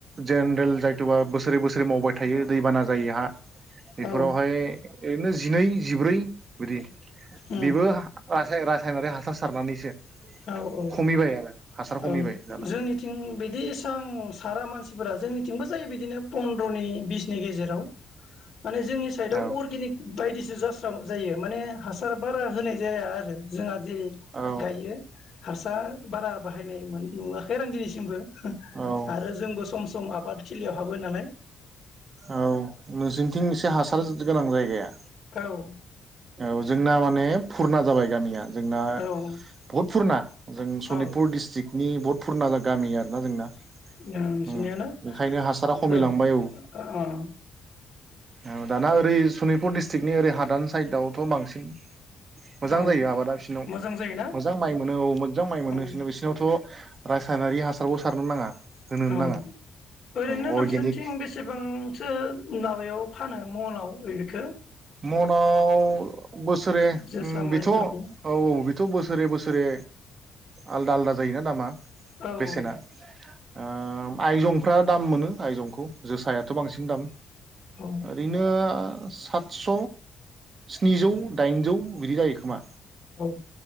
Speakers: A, on the right; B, on the left.
A: जेनेरेल जायथुबा बोसोरे बोसोरे मावबाय थायो दैबाना जायो हा बेफोरावहाय
B: औ
A: ओरैनो जिनै जिब्रै बिदि।
B: उम
A: बेबो <unintelligible> सायनारि हासार सारनानैसो।
B: औ औ
A: खमिबाय आरो हासार खमिबाय
B: औ
A: दाना
B: जोंनिथिं बिदि एसां सारा मानसि फोरा जोंनिथिंबो जायो बिदिनो पन्द्र'नि बिसनि गेजेराव। माने जोंनि साइडआव
A: औ
B: अर्गेनिक बायदिसो जास जायो माने हासार बारा होनाय जाया आरो जोंहा जेरै
A: औ
B: गायो हारसा बारा बाहायनाय मोन नुवाखै आं दिनिसि थिंबो हो
A: औ
B: आरो जोंबो सम सम आब फाथथिलियाव हाबो नालाय।
A: औ नोंसिनथिं एसे हासार गोनां जायगाया
B: औ
A: औ जोंना माने फुरना जाबाय गामिया। जोंना
B: औ
A: बहुद फुरना जों सनितपुर
B: औ
A: डिस्ट्रिक्ट नि बुहुत फुरना गामि आरोना जोंना।
B: नोंसिनिया
A: उम
B: ना
A: बेखायनो हासारा
B: <unintelligible>
A: खमिलांबाय औ
B: ओं
A: औ। दाना ओरै सनिपुर दिस्ट्रिक नि ओरै हादान साइदआवथ' बांसिन। मोजां
B: औ
A: जायो आबादा बिसिनाव
B: मोजां जायोना
A: मोजां माइ मोनो औ मोज्जां माइ मोनो
B: औ
A: नै बिसिनावथ' रासायनारि हासारखौ सारनो नाङा। होनोनो
B: औ
A: नाङा
B: ओरैनथ'
A: औ
B: नोंसोनथिं
A: अर्गेनिक
B: बेसेबां सो माबायाव फानो मनाव ऐ बेखो?
A: मनाव बोसोरे
B: जोसा
A: ओम
B: माइफोरखौ
A: बिथ' औ-औ बिथ' बोसोरे बोसोरे आलदा आलदा जायोना दामा
B: औ
A: बेसेना
B: औ
A: ओ आइजं फ्रा दाम मोनो आइजंखौ जोसाया थ' बांसिन दाम
B: औ
A: ओरैनो सात स' स्निजौ दाइनजौ बिदि जायो खोमा
B: औ